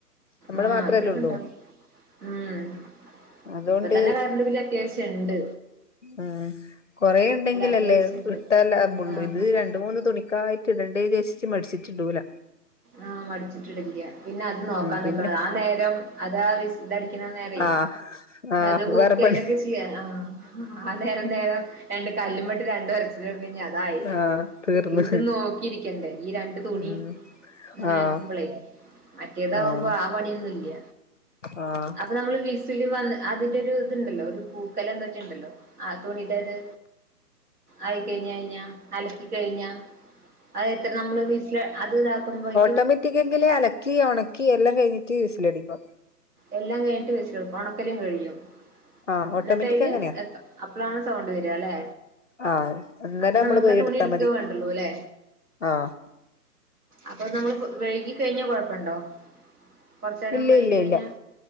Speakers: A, on the left (about 50°); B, on the right (about 65°).
A: നമ്മള്
B: ആഹ്
A: മാത്രല്ലേ
B: അത്രൊക്കെ
A: ഉള്ളൂ
B: ഉണ്ടാവും ഉം
A: അതുകൊണ്ട്
B: ഇപ്പൊ തന്നെ കറണ്ട് ബില് അത്യാവശ്യംണ്ട്
A: ആ കൊറെ ഇണ്ടെങ്കിലല്ലേ
B: അത്യാവശ്യം ഉണ്ട്
A: ഇട്ടാൽ ലാ ള്ളൂ
B: ആഹ്
A: ഇത് രണ്ട് മൂന്ന് തുണിക്കായിട്ട് ഇടണ്ടേ വിചാരിചിട്ട് മടിച്ചിട്ടിടുല
B: ആഹ് മടിച്ചിട്ടിടില്ല പിന്നെ അത് നോക്കാ
A: ഉം
B: നിക്കണ
A: പിന്നെ
B: ആ നേരം അതാ വിസിലടിക്കുന്ന നേര
A: ആഹ് ആഹ്
B: അത് കൂക്കൊക്കെ
A: വേറെ പണി
B: ചെയ്യാ ആ ആ നേരം നേരം രണ്ട് കല്ലുമട്ടി രണ്ട് ഒരച്ച പിന്നെ അതായി
A: ആഹ് തീർന്ന്
B: ഇത് നോക്കിയിരിക്കണ്ടേ ഈ രണ്ട് തുണി
A: ഉം
B: ഇങ്ങനെക്കുമ്പോളേ
A: ആഹ്
B: മറ്റേതാകുമ്പോ
A: ആഹ്
B: ആ പണിയൊന്നും ഇല്ല
A: ആഹ്
B: അപ്പൊ നമ്മള് വി സില് വന്ന് അതിന്റെ ഒരു ഇത്ണ്ടല്ലോ ഒരു കൂക്കല എന്താറ്റാണ്ടല്ലോ ആ തുണിട്ടര് ആയി കഴിഞ്ഞ കഴിഞ്ഞ അലക്കി കഴിഞ്ഞാ അത എത്ര നമ്മള് വീസില് അത് ഇതാക്കുമ്പോയി
A: ഓട്ടോമാറ്റിക്കെങ്കിൽ അലക്കി ഒണക്കി എല്ലാം കഴിഞ്ഞിട്ട് വിസിലടിക്കും
B: എല്ലാം കഴിഞ്ഞട്ട് വിസിലേക്കും ഒണക്കലും കഴിയും
A: ആഹ്
B: എന്നിട്ടയ്ല്
A: ഓട്ടോമാറ്റിക് അങ്ങനെയാ
B: അപ്പളാണ് സൗണ്ട് വരിക അല്ലെ
A: ആഹ് അന്നേരം
B: അപ്പൊ
A: നമ്മള്
B: നമുക്കാ
A: പോയി
B: തുണി
A: എടുത്താ
B: എടുക്ക
A: മതി
B: വേണ്ടുള്ളൂ അല്ലേ
A: ആഹ്
B: അപ്പൊ നമ്മള് വഴുകിക്കഴിഞ്ഞാൽ കുഴപ്പുണ്ടോ കൊറച്ച നേരം
A: ഇല്ല
B: വഴുകി
A: ഇല്ല
B: കഴിഞ്ഞാൽ
A: ഇല്ല